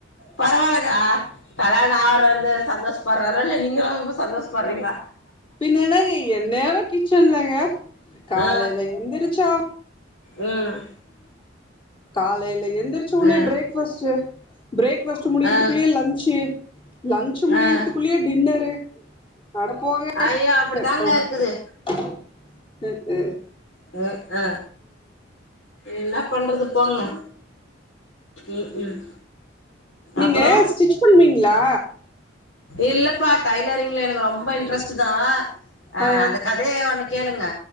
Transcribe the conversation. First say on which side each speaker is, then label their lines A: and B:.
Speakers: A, on the left (about 80°); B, on the left (about 30°).
A: பரவால்லக்கா கல்யாண ஆற்றது சந்தோஷ் பர்றாரோ இல்லையா நீங்க ரொம்ப சந்தோஷ் பற்றீங்க
B: பின்ன என்னங்க எ என்னேரோ கிச்சன்லங்க காலையில
A: ஆ
B: எந்திரிச்சா
A: ம்
B: காலையில எந்திரிச்ச ஒன்னே
A: ஆ
B: பிரேக்ஃபாஸ்ட்டு பிரேக்பாஸ்ட்டு முடியிறதுக்குலையே
A: ஆ
B: லன்சு லன்சு முடியிறதுக்குள்ளயே
A: ஆ
B: டின்னரு அட போங்க
A: ஐயோ அப்டித்தாங்க
B: க்க
A: இருக்குது
B: க்கு
A: க்க என்ன பண்றது போங்க ம் ம்
B: நீங்க
A: அப்றோ
B: ஸ்டிச் பண்வீங்களா
A: இல்லப்பா டைலரிங்ல எனக்கு ரொம்ப இன்ட்ரெஸ்ட்டுதா அ
B: ஆ
A: அந்த கதைய ஒன்னு கேளுங்க